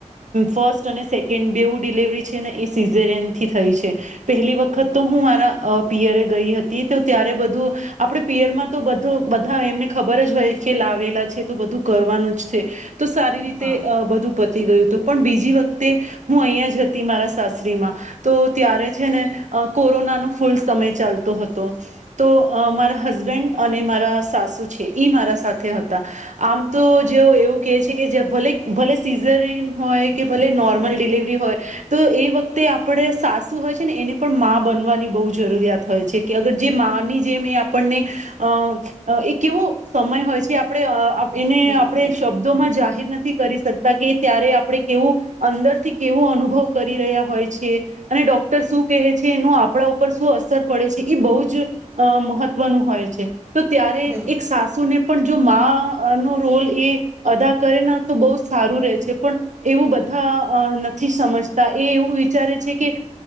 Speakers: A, on the right (about 70°); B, on the right (about 20°).
A: ફર્સ્ટ અને સેકન્ડ બેવું ડિલેવરી છે ને એ સિઝરનથી થઈ છે પહેલી વખત તો હું મારા પિયરે ગઈ હતી તો ત્યારે બધું આપણે. પિયરમાં તો બધ બધા એમને ખબર જ હોય કે લાવેલા છે. તો બધું કરવાનું જ છે તો સારી રીતે
B: હા
A: બધું પતી ગયું હતું પણ બીજી વખતે. હું અહં જ હતી મારા. તો ત્યારે છે ને કોરોના ફૂલ સમય ચાલતો હતો તો હસબેન્ડ અને મારા સાસુ છે મારા સાથે હતા આમ તો જેવ એવું કહે છે કે ભલે ભલે સીઝર હોય નોર્મલ ડલિવરી હોય તો એ વખતે આપણે સાસુ હોય છે ને એને પણ મા બનવાની બહુ જરૂરિયાત હોય છે કે અગર જે માની જેમ એ આપણને અ એક કેવો સમય હોય છે આપણે એને
B: બિલકુલ
A: આપણે શબ્દો માં જાહેર નથી કરી શકતા કે ત્યારે આપણે કેવું અંદરથી કેવો અનુભવ કરી રહ્યા હોય છે અને ડોક્ટર શું કહે છે એનું આપણા ઉપર શું અસર પડે છે એ બહુ જ મહત્વ નું હોય છે તો ત્યારે
B: બિલકુલ
A: એક સાસુને પણ જો માં નો રોલ એ અદા કરે તો બહુ સારું રહે છે પણ એવું બધા નથી સમજતા એ એવું વિચારે છે કે